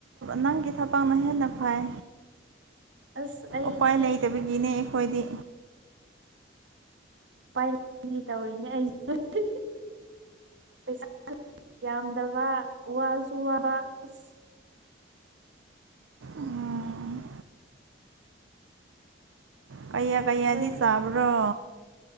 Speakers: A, on the right (about 80°); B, on the right (about 70°).
A: ꯅꯪꯒꯤ ꯊꯕꯥꯛꯅ ꯍꯦꯟꯅ ꯐꯩ
B: ꯑꯁ ꯑꯩꯒꯤꯗꯤ
A: ꯎꯄꯥꯏ ꯂꯩꯇꯕꯒꯤꯅꯦ ꯑꯩꯈꯣꯏꯗꯤ
B: ꯄꯥꯏ <unintelligible> ꯒꯤ ꯇꯧꯔꯤꯅꯦ ꯑꯩꯁꯨ <unintelligible> ꯄꯩꯁꯥ ꯌꯥꯝꯗꯕ ꯋꯥꯁꯨ ꯋꯥꯕ ꯑꯁ
A: ꯎꯝ ꯀꯌꯥ ꯀꯌꯥꯗꯤ
B: ꯑꯩꯈꯣꯏ
A: ꯆꯥꯕ꯭ꯔꯣ